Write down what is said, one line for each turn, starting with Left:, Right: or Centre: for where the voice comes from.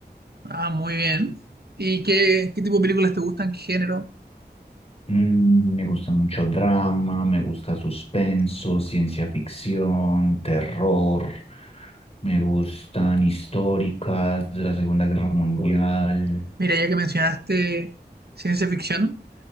Right: Ah, muy bien. ¿Y qué, qué tipo de películas te gustan? ¿Qué género?
Left: Mm, me gusta mucho drama, me gusta suspenso, ciencia ficción, terror, me gustan históricas de la Segunda Guerra Mundial.
Right: Mira, ya que mencionaste ciencia ficción,